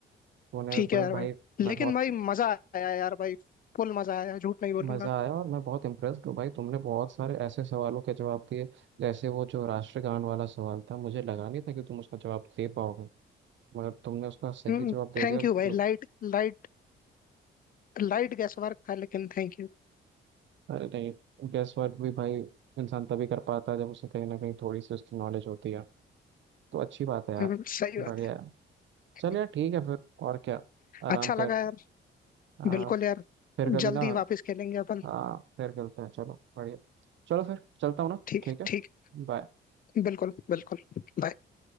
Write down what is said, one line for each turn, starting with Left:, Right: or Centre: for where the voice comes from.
Right: तूने
Left: ठीक
Right: मतलब
Left: है यार
Right: भाई
Left: भाई लेकिन
Right: मैं बहुत
Left: भाई मजा आया यार भाई फुल मजा आया झूठ नहीं बोलूंगा
Right: मज़ा आया और मैं बहुत इम्प्रेस्ड हूँ भाई तुमने बहुत सारे ऐसे सवालों के जवाब दिए जैसे वो जो राष्ट्रगान वाला सवाल था मुझे लगा नहीं था कि तुम उसका जवाब दे पाओगे मगर तुमने उसका सही
Left: हम्म
Right: जवाब दे
Left: थैंक
Right: दिया मतलब
Left: यू भाई light light light guesswork था लेकिन थैंक यू
Right: अरे नहीं गेस वर्क भी भाई इंसान तभी कर पाता है जब उसे कहीं ना कहीं थोड़ी सी उसकी नॉलेज होती है तो अच्छी बात है यार
Left: <laughs> सही बात
Right: बढ़िया है चल
Left: है
Right: यार ठीक है फिर और क्या आराम
Left: अच्छा लगा
Right: कर
Left: यार
Right: आ,
Left: बिल्कुल यार
Right: फिर कभी
Left: जल्दी
Right: ना
Left: वापस खेलेंगे अपन
Right: हाँ फिर मिलते हैं चलो बढ़िया चलो फिर चलता हूँ ना
Left: ठीक
Right: ठीक है
Left: ठीक
Right: बाय
Left: बिल्कुल बिल्कुल Bye.